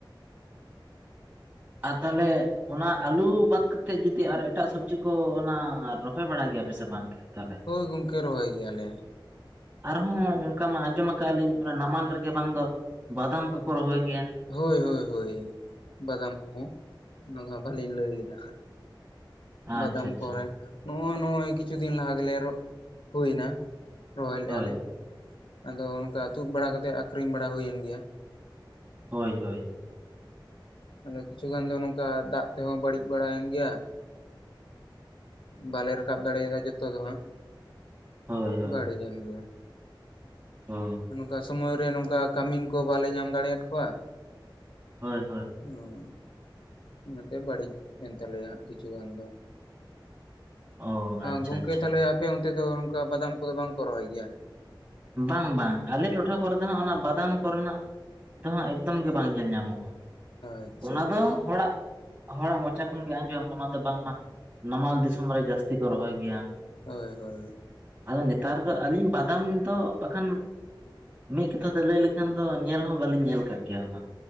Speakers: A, on the right; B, on the left.
A: ᱟᱨ ᱛᱟᱦᱚᱞᱮ ᱚᱱᱟ ᱟᱞᱩ ᱵᱟᱫ ᱠᱟᱛᱮᱜ ᱡᱩᱫᱤ ᱟᱨ ᱮᱴᱟᱜ ᱥᱚᱵᱡᱤ ᱠᱚ ᱚᱱᱟ ᱨᱚᱦᱚᱭ ᱵᱟᱲᱟᱭ ᱜᱮᱭᱟ ᱵᱮᱥᱮ ᱵᱟᱝ? ᱛᱟᱦᱚᱞᱮ
B: ᱦᱳᱭ ᱜᱚᱝᱠᱮ ᱨᱚᱦᱚᱭ ᱜᱮᱭᱟᱞᱮ᱾
A: ᱟᱨᱦᱚᱸ ᱚᱱᱠᱟ ᱢᱟ ᱟᱸᱡᱚᱢ ᱟᱠᱟᱫᱼᱟ ᱞᱤᱧ ᱚᱱᱟ ᱱᱟᱢᱟᱞ ᱨᱮᱜᱮ ᱵᱟᱝ ᱫᱚᱼᱼ ᱵᱟᱫᱟᱢ ᱠᱚᱠᱚ ᱨᱚᱦᱚᱭ ᱜᱮᱭᱟ?
B: ᱦᱳᱭ ᱦᱳᱭ ᱦᱳᱭ ᱵᱟᱫᱟᱢ ᱠᱚᱦᱚᱸ ᱚᱱᱟ ᱫᱚ ᱵᱟᱹᱞᱤᱧ ᱞᱟᱹᱭ ᱞᱮᱫᱟ᱾
A: ᱟᱪᱪᱷᱟ
B: ᱵᱟᱫᱟᱢ
A: ᱟᱪᱪᱷᱟ
B: ᱠᱚᱨᱮ ᱱᱚᱜᱼᱚᱭ ᱱᱚᱜᱼᱚᱭ ᱠᱤᱪᱷᱩ ᱫᱤᱱ ᱞᱟᱦᱟ ᱜᱮᱞᱮ ᱮᱨᱚᱜ ᱦᱩᱭᱱᱟ᱾ ᱨᱚᱦᱚᱭ ᱞᱮᱫ
A: ᱦᱳᱭ
B: ᱟ ᱞᱮ ᱟᱫᱚ ᱚᱱᱠᱟ ᱛᱩᱫ ᱵᱟᱲᱟ ᱠᱟᱛᱮ ᱟᱠᱷᱨᱤᱧ ᱵᱟᱲᱟ ᱦᱩᱭᱮᱱ ᱜᱮᱭᱟ᱾
A: ᱦᱳᱭ ᱦᱳᱭ
B: ᱦᱮ ᱟᱫᱚ ᱠᱤᱪᱷᱩ ᱜᱟᱱ ᱫᱚ ᱱᱚᱝᱠᱟ ᱫᱟᱜ ᱛᱮᱦᱚᱸ ᱵᱟᱹᱲᱤᱡ ᱵᱟᱲᱟᱭᱮᱱ ᱜᱮᱭᱟ᱾ ᱵᱟᱞᱮ ᱨᱟᱠᱟᱵ ᱫᱟᱲᱮ ᱭᱟᱫᱟ ᱡᱚᱛᱚ ᱫᱚ ᱦᱟᱸᱜ᱾
A: ᱦᱳᱭ ᱦᱳᱭ
B: ᱵᱟᱹᱲᱤᱡ ᱮᱱ ᱜᱮᱭᱟ᱾
A: ᱚ
B: ᱱᱚᱝᱠᱟ ᱥᱳᱢᱚᱭ ᱨᱮ ᱱᱚᱝᱠᱟ ᱠᱟᱢᱤᱱ ᱠᱚ ᱵᱟᱞᱮ ᱧᱟᱢ ᱫᱟᱲᱮᱭᱟᱫ ᱠᱚᱣᱟ᱾
A: ᱦᱳᱭ-ᱦᱳᱭ᱾
B: ᱚᱸ᱾ ᱚᱱᱟᱛᱮ ᱵᱟᱲᱤᱡ ᱮᱱ ᱛᱟᱞᱮᱭᱟ ᱦᱟᱸᱜ ᱠᱤᱪᱷᱩ ᱜᱟᱱ ᱫᱚᱸ᱾
A: ᱚ
B: ᱟᱸ
A: ᱟᱪᱪᱷᱟ
B: ᱜᱚᱝᱠᱮ,
A: ᱟᱪᱪᱷᱟ
B: ᱛᱟᱞᱮ ᱟᱯᱮ ᱚᱱᱛᱮ ᱫᱚ ᱚᱝᱠᱟ ᱵᱟᱫᱟᱢ ᱠᱚᱫᱚ ᱵᱟᱝᱠᱚ ᱨᱚᱦᱚᱭ ᱜᱮᱭᱟ?
A: ᱵᱟᱝ-ᱵᱟᱝ, ᱟᱞᱮ ᱴᱚᱴᱷᱟ ᱠᱚᱨᱮ ᱫᱚ ᱦᱟᱸᱜ ᱚᱱᱟ ᱵᱟᱫᱟᱢ ᱠᱚᱨᱱᱟᱜ ᱫᱚᱦᱟᱸᱜ ᱮᱠᱫᱚᱢ ᱜᱮ ᱵᱟᱝ ᱧᱮᱞ ᱧᱟᱢᱚᱜᱼᱟ,
B: ᱟᱪᱪᱷᱟ
A: ᱚᱱᱟ ᱫᱚ ᱦᱚᱲᱟᱜ ᱦᱚᱲᱟᱜ ᱢᱚᱪᱟ ᱠᱷᱚᱱ ᱜᱮ ᱟᱸᱡᱚᱢ ᱚᱱᱟ ᱫᱚ ᱵᱟᱝᱢᱟ ᱱᱟᱢᱟᱞ ᱫᱤᱥᱚᱢ ᱨᱮ ᱡᱟᱹᱥᱛᱤ ᱠᱚ ᱨᱚᱦᱚᱭ ᱜᱮᱭᱟᱸ᱾
B: ᱦᱳᱭ, ᱦᱳᱭ, ᱦᱳᱭ᱾
A: ᱟᱫᱚ ᱱᱮᱛᱟᱨ ᱫᱚ ᱟᱹᱞᱤᱧ ᱵᱟᱫᱟᱢ ᱛᱚ ᱵᱟᱠᱷᱟᱱ ᱢᱤᱜ ᱠᱟᱛᱷᱟ ᱛᱮ ᱞᱟᱹᱭ ᱞᱮᱠᱷᱟᱱ ᱫᱚ ᱧᱮᱞ ᱦᱚᱸ ᱵᱟᱹᱞᱤᱧ ᱧᱮᱞ ᱠᱟᱜ ᱜᱮᱭᱟ ᱚᱱᱟ᱾